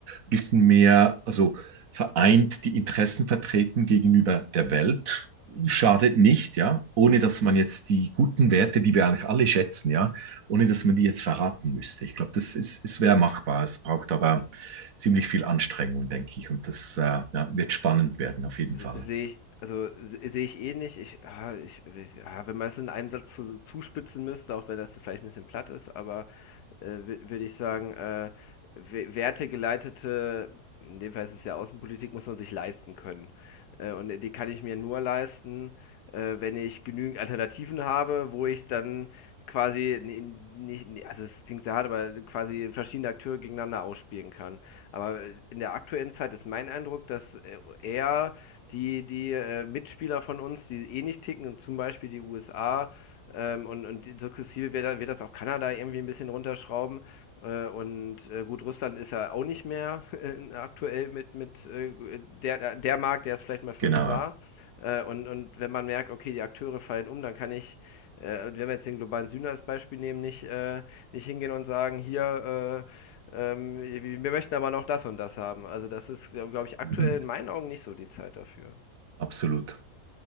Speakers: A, on the right; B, on the left.
A: bisschen mehr, also vereint die Interessen vertreten gegenüber der Welt, schadet nicht, ja, ohne dass man jetzt die guten Werte, die wir eigentlich alle schätzen, ja, ohne dass man die jetzt verraten müsste. Ich glaube, das ist, es wäre machbar. Es braucht aber ziemlich viel Anstrengung, denke ich. Und das äh, ja, wird spannend
B: Se-
A: werden, auf jeden
B: se-
A: Fall.
B: Sehe ich, also se- sehe ich eh nicht. Ich, ah, ich, ja, wenn man es in einem Satz zu, zuspitzen müsste, auch wenn das jetzt vielleicht ein bisschen platt ist, aber äh, würde ich sagen, äh, we- wertegeleitete, in dem Fall ist es ja Außenpolitik, muss man sich leisten können. Äh, und die kann ich mir nur leisten, äh, wenn ich genügend Alternativen habe, wo ich sich dann quasi nicht, also es klingt sehr hart, aber quasi verschiedene Akteure gegeneinander ausspielen kann. Aber in der aktuellen Zeit ist mein Eindruck, dass äh, eher die, die äh, Mitspieler von uns, die eh nicht ticken, zum Beispiel die USA ähm, und, und sukzessive wird, wird das auch Kanada irgendwie ein bisschen runterschrauben äh, und äh, gut Russland ist ja auch nicht mehr äh, aktuell mit, mit äh, der, der Markt, der es vielleicht mal für
A: Genau,
B: uns war.
A: ja.
B: Äh, und, und wenn man merkt, okay, die Akteure fallen um, dann kann ich, äh, wenn wir jetzt den globalen Süden als Beispiel nehmen, nicht, äh, nicht hingehen und sagen, hier, äh, ähm, wir möchten aber noch das und das haben. Also das ist, glaube ich, aktuell
A: mhm.
B: in meinen Augen nicht so die Zeit dafür.
A: absolut.